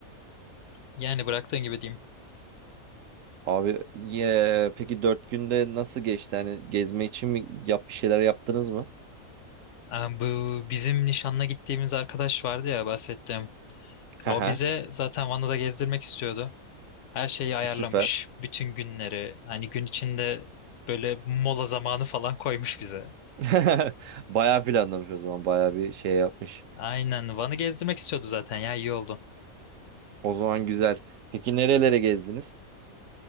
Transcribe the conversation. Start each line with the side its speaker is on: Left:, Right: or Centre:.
Left: yani bıraktığın gibi diyeyim.
Right: Abi ye, peki dört günde nasıl geçti? Hani gezme için mi yap bir şeyler yaptınız mı?
Left: Ee, bu bizim nişanla gittiğimiz arkadaş vardı ya bahsettiğim.
Right: Haha
Left: O bize zaten Van'ı da gezdirmek istiyordu. Her şeyi ayarlamış.
Right: süper.
Left: Bütün günleri. Hani gün içinde böyle mola zamanı falan koymuş bize.
Right: <laughs> Bayağı planlamış o zaman. Bayağı bir şey yapmış.
Left: Aynen. Van'ı gezdirmek istiyordu zaten ya iyi oldu.
Right: O zaman güzel. Peki nerelere gezdiniz?